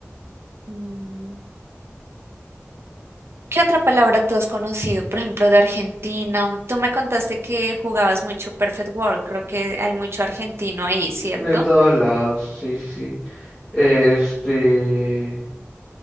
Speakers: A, on the right (about 60°); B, on the left (about 15°).
A: Mm, ¿Qué otra palabra tú has conocido? Por ejemplo, de Argentina. Tú me contaste que jugabas mucho Perfect World. Creo que hay mucho argentino ahí, ¿cierto?
B: De todos lados, sí, sí. sí. Este,